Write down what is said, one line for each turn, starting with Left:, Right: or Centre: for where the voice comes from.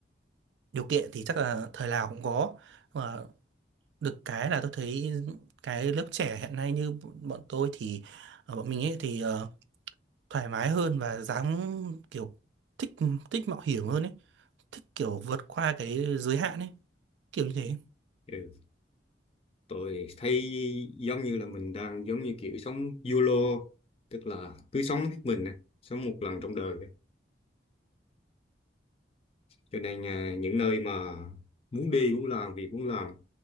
Right: điều kiện thì chắc là thời nào cũng có và được cái là tôi thấy cái lớp trẻ hiện nay như bọn tôi thì ở bọn mình ấy thì ờ, thoải mái hơn và dám kiểu thích thích mạo hiểm hơn ấy thích kiểu vượt qua cái giới hạn ấy kiểu như thế
Left: ừ. tôi thấy giống như là mình đang giống như kiểu sống YOLO tức là cứ sống hết mình á, sống một lần trong đời á. cho nên à, những nơi mà muốn đi muốn làm việc muốn làm